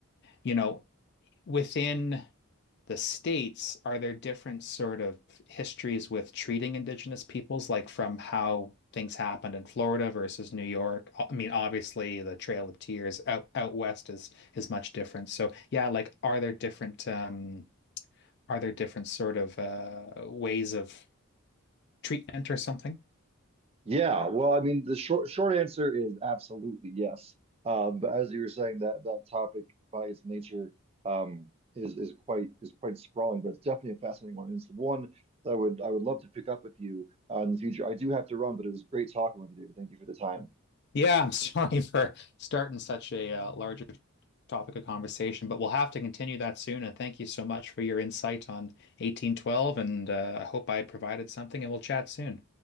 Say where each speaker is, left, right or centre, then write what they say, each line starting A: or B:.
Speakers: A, on the left; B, on the right.
A: you know, within the states, are there different sort of histories with treating indigenous peoples, like from how things happened in Florida versus New York? I mean, obviously the Trail of Tears out out west is is much different. So yeah, like are there different um are there different sort of uh ways of treatment or something?
B: Yeah, well, I mean, the short short answer is absolutely yes. Um, but as you were saying, that that topic by its nature um, is is quite is quite sprawling, but it's definitely a fascinating one. And it's one that I would I would love to pick up with you uh, in the future. I do have to run, but it was great talking with you, David. Thank you for the time.
A: Yeah, I'm sorry <laughs> for starting such a uh, larger topic of conversation, but we'll have to continue that soon. And thank you so much for your insight on 1812. And uh, I hope I provided something, and we'll chat soon.